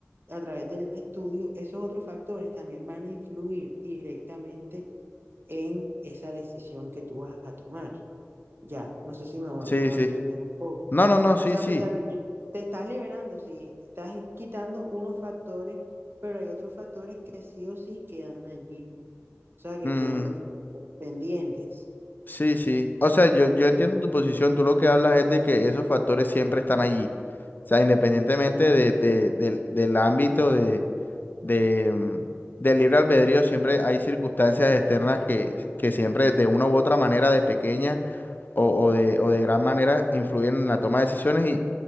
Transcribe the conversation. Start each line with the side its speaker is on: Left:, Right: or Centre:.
Right: a través del estudio, esos otros factores también van a influir directamente en esa decisión que tú vas a tomar. Ya, no sé si me, va-
Left: Sí,
Right: me va
Left: sí.
Right: a entender un poco.
Left: No, no, no, sí,
Right: O sea,
Left: sí.
Right: a pesar de que te estás liberando, sí, estás quitando unos factores, pero hay otros factores que sí o sí quedan allí, o sea, que
Left: Mm,
Right: quedan pendientes.
Left: Sí, sí. O sea, yo, yo entiendo tu posición. Tú lo que hablas es de que esos factores siempre están allí. O sea, independientemente de, de- del del ámbito de, de, mm, del libre albedrío, siempre hay circunstancias externas que, que siempre de una u otra manera, de pequeña o, o de, o de gran manera, influyen en la toma de decisiones. Y,